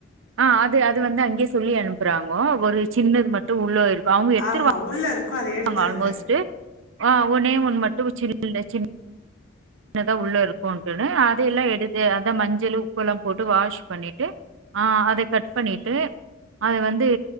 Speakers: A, on the right (about 65°); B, on the left (about 75°).
A: ஆ அது அது வந்து அங்கேயே சொல்லி அனுப்புறாங்கோ ஒரு சின்னது மட்டு உள்ள இருக்கு அவுங்க எடுத்துருவா
B: ஆமா. உள்ள இருக்கும் அத எடுத்துடுங்க.
A: ங்க ஆல்மோஸ்டு ஆ ஒன்னே ஒன்னு மட்டு ச்சு இல்லே சின் அதுதா உள்ள இருக்குடனே அது எல்லா எடுத்து அத மஞ்சளு உப்பெல்லா போட்டு வாஷ் பண்ணிட்டு ஆ அத கட் பண்ணிட்டு அது வந்து